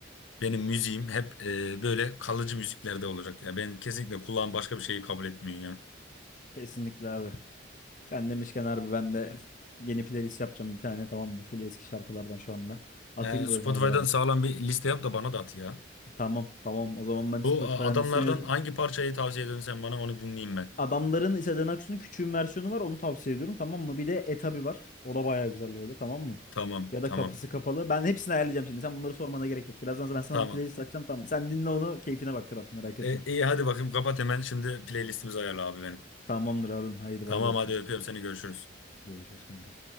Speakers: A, on the left (about 80°); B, on the left (about 40°).
A: Benim müziğim hep e, böyle kalıcı müziklerde olacak ya. Ben kesinlikle kulağım başka bir şeyi kabul etmiyor
B: kesinlikle abi. Sen demişken harbi ben de yeni playlist yapacağım bir tane tamam mı? Full eski şarkılardan şu anda. Atayım
A: ya. E,
B: mı
A: Spotify'dan
B: ben sana birazdan?
A: sağlam bir liste yap da bana da at ya.
B: Tamam tamam. O zaman ben Spotify'dan
A: Bu e, adamlardan
B: listemi yapayım.
A: hangi parçayı tavsiye ediyorsun sen bana onu dinleyeyim ben.
B: Adamların Sezen Aksu'nun küçüğün versiyonu var. Onu tavsiye ediyorum tamam mı? Bir de Etabi var. O da baya güzel böyle tamam mı?
A: Tamam
B: Ya da
A: tamam
B: kapısı kapalı. Ben hepsini ayarlayacağım şimdi. Sen bunları sormana gerek yok. Birazdan ben sana
A: tamam.
B: bir playlist açacağım tamam mı? Sen dinle onu. Keyfine bak kral merak
A: E,
B: etme.
A: iyi hadi bakayım kapat hemen şimdi playlistimizi ayarla abi benim.
B: Tamamdır abim. Haydi
A: Tamam
B: bay bay öptüm
A: hadi
B: seni.
A: öpüyorum seni görüşürüz.
B: Görüşürüz kanka.